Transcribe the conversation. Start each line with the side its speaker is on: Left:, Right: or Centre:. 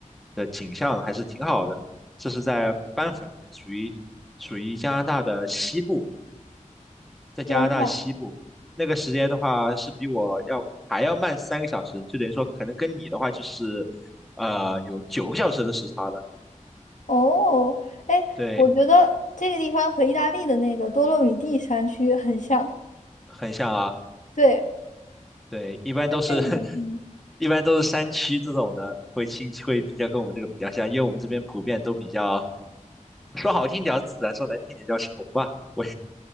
Centre: 的景象还是挺好的。这是在班夫那边，属于属于加拿大的西部，在加拿大西部那个时间的话是比我要还要慢三个小时，
Left: 天呐！
Centre: 就等于说可能跟你的话就是呃有九个小时的时差了。
Left: 哦，哎，
Centre: 对，
Left: 我觉得这个地方和意大利的那个多洛米蒂山区很像。
Centre: 很像啊。
Left: 对，
Centre: 对，一般都是
Left: 在这边，
Centre: <laughs>
Left: 嗯，
Centre: 一般都是山区这种的，会亲会比较跟我们这个比较像，因为我们这边普遍都比较说好听点叫自然，说难听点叫穷吧。我